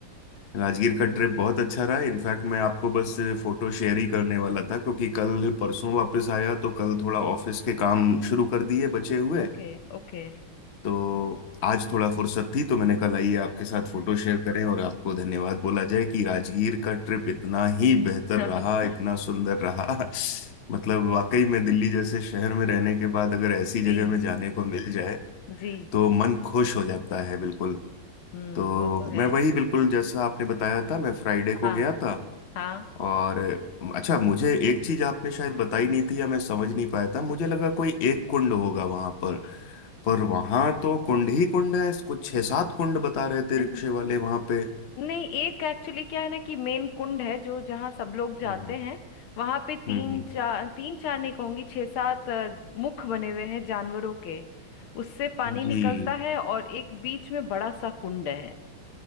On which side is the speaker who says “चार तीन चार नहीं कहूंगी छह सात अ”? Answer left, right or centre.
Left